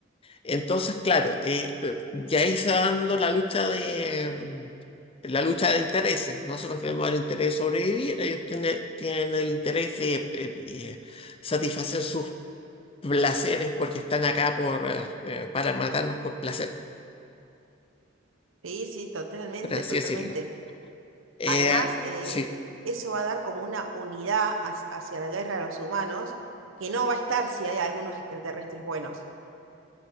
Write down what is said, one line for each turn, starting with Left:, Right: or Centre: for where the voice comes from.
Left: entonces, claro, eh, eh, ya ahí se va dando la lucha de mm, la lucha de intereses. Nosotros tenemos el interés de sobrevivir, ellos tiene tienen el interés de eh, eh, satisfacer sus placeres porque están acá por, eh, eh, para matarnos por placer,
Right: Sí, sí, totalmente,
Left: por así
Right: totalmente.
Left: decirlo. Eh,
Right: Además, eh,
Left: sí,
Right: eso va a dar como una unidad hac- hacia la guerra de los humanos, que no va a estar si hay algunos extraterrestres buenos.